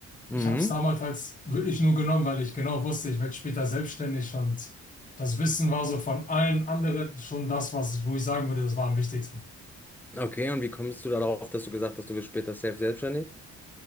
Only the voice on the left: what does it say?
Ich habe es damals halt wirklich nur genommen, weil ich genau wusste, ich werde später selbstständig und das Wissen war so von allen anderen schon das, was ich, wo ich sagen würde, das war am wichtigsten.